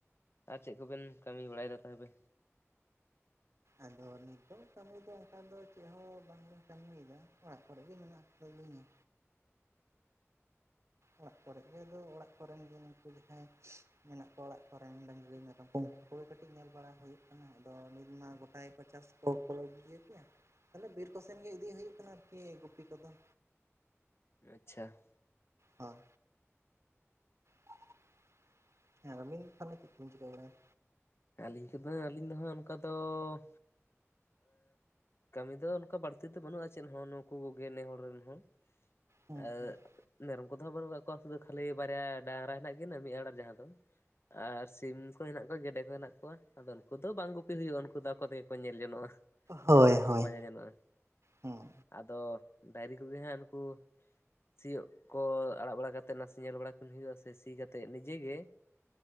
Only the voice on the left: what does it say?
ᱟᱨ ᱪᱮᱫ ᱠᱚᱵᱮᱱ ᱠᱟᱹᱢᱤ ᱵᱟᱲᱟᱭᱮᱫᱟ ᱛᱟᱦᱚᱞᱮ
ᱟᱪᱪᱷᱟ
ᱟᱹᱞᱤᱧ ᱠᱚᱫᱚ ᱟᱹᱞᱤᱧ ᱫᱚᱦᱟᱸᱜ ᱚᱱᱠᱟ ᱫᱚᱻᱻᱻᱟᱦ ᱠᱟᱹᱢᱤ ᱫᱚ ᱚᱱᱠᱟ ᱵᱟᱹᱲᱛᱤ ᱜᱚ ᱵᱟᱹᱱᱩᱜᱼᱟ ᱪᱮᱫ ᱦᱚᱸ ᱱᱩᱠᱩ ᱠᱚᱜᱮ ᱱᱮ ᱦᱚᱲ ᱨᱮᱱ ᱦᱚᱸ
ᱟᱦᱻ ᱢᱮᱨᱚᱢ ᱠᱚᱫᱚ ᱦᱟᱸᱜ ᱵᱟᱹᱱᱩᱜ ᱠᱟᱜ ᱠᱚᱣᱟ ᱥᱩᱫᱷᱩ ᱠᱷᱟᱹᱞᱤ ᱵᱟᱨᱭᱟ ᱰᱟᱝᱨᱟ ᱦᱮᱱᱟᱜ ᱠᱤᱱᱟᱹ ᱢᱤᱫ ᱟᱨᱟᱬ ᱡᱟᱦᱟᱸ ᱫᱚ ᱟᱨ ᱥᱤᱢ ᱠᱚ ᱦᱮᱱᱟᱜ ᱠᱚᱣᱟ ᱜᱮᱰᱮ ᱢᱮᱱᱟᱜ ᱠᱚᱣᱟ ᱟᱫᱚ ᱩᱱᱠᱩ ᱫᱚ ᱵᱟᱝ ᱜᱩᱯᱤ ᱦᱩᱭᱩᱜ-ᱟ ᱩᱱᱠᱩ ᱫᱚ ᱟᱠᱚ ᱛᱮᱜᱮ ᱠᱚ ᱧᱮᱞ ᱡᱚᱱᱚᱜᱼᱟ
ᱡᱚᱢᱟᱜ ᱠᱚᱫᱚ
ᱠᱚ ᱯᱟᱸᱡᱟ ᱜᱟᱱᱚᱜ-ᱟ
ᱟᱫᱚ ᱰᱟᱝᱨᱤ ᱠᱚᱜᱮ ᱦᱟᱸᱜ ᱱᱩᱠᱩ ᱥᱤᱭᱳᱜ ᱠᱚ ᱟᱲᱟᱜ ᱵᱟᱲᱟ ᱠᱟᱛᱮᱫ ᱱᱟᱥᱮ ᱧᱮᱞ ᱵᱟᱲᱟ ᱠᱚ ᱦᱩᱭᱩᱜ-ᱟ ᱥᱮ ᱥᱤ ᱠᱟᱛᱮᱫ ᱱᱤᱡᱮ ᱜᱮ